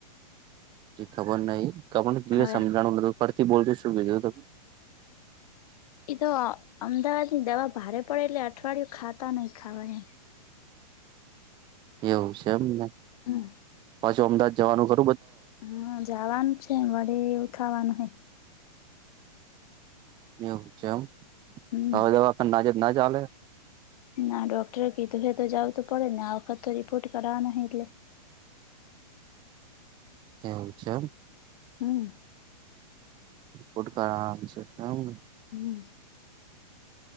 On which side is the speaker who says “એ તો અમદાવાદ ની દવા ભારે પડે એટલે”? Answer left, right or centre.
Left